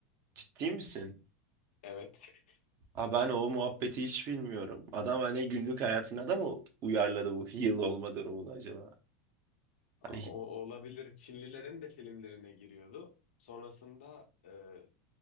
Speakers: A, on the right; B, on the left.
A: ciddi misin?
B: Evet. <laughs>
A: Ha ben o muhabbeti hiç bilmiyorum. Adam hani günlük hayatına da mı uyarladı bu heal olma durumunu acaba? Hani
B: O olabilir. Çinlilerin de filmlerine giriyordu. Sonrasında e,